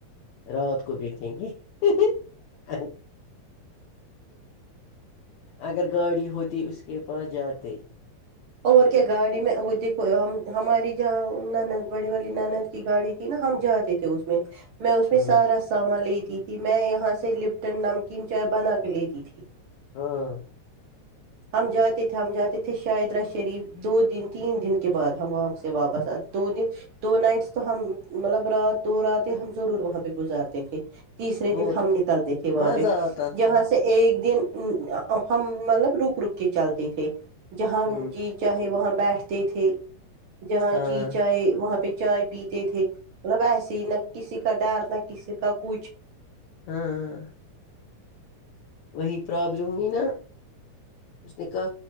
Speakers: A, on the left; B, on the right.
A: رات کو بیھیگں گے ہی ہی اگر گاڑی ہوتی اس کے پاس جاتے
B: اور کیا گاڑی میں وہ دیکھو ہماری جہاں ند بڑی والی ند کی گاڑی تھی نا ہم جاتے تھے اس میں اس میں
A: ہ
B: سارا سامان لی تھی میں یہاں سے لپٹن نمکین چائے بنا کے لیتی تھی
A: ہاں
B: ہم جاتے تھے ہم جاتے تھے شاہید رش شریف دو دن تین دن کے بعد ہم وہاں سے واپس آ دو دن دو نائٹس تو ہم مطلب رات دو رات ہی ہم ضرور وہاں پہ گزارتے تھے تیسرے دن
A: اور
B: ہم نکلتے تھے وہاں
A: مزہ
B: پہ
A: آتا
B: یہاں
A: تھا
B: سے ایک دن اب ہم ملب روک روک کے چلتے تھے جہاں
A: ہ
B: جی چاہے وہاں بیٹھتے تھے جہاں
A: ہاں
B: جی چائے وہاں پہ چائے پی تھے مطلب ایسے ہی نہ کسی کا ڈر نہ کسی کا کچھ
A: ہوں ہ وہی پرابلم ہوئی نا اس نے کہا